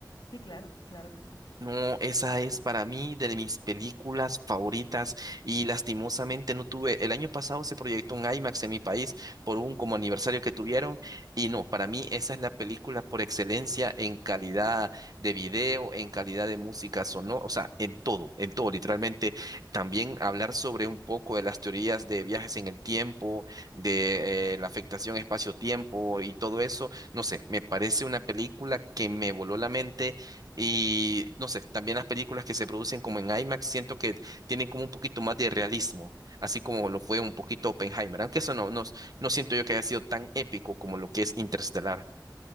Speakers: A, on the left; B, on the right.
A: Sí, claro, claro que sí.
B: No, esa es para mí de mis películas favoritas y lastimosamente no tuve, el año pasado se proyectó un IMAX en mi país por un como aniversario que tuvieron y no, para mí esa es la película por excelencia en calidad de video, en calidad de música sonora, o sea, en todo, en todo, literalmente. También hablar sobre un poco de las teorías de viajes en el tiempo, de eh, la afectación espacio-tiempo y todo eso, no sé, me parece una película que me voló la mente y no sé, también las películas que se producen como en IMAX siento que tienen como un poquito más de realismo, así como lo fue un poquito Oppenheimer, aunque eso no, no, no siento yo que haya sido tan épico como lo que es Interestelar.